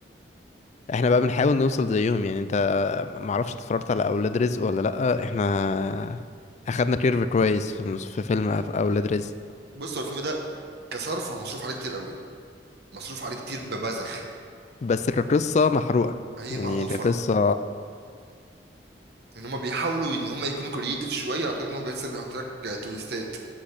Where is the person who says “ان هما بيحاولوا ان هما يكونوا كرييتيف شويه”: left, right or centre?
Right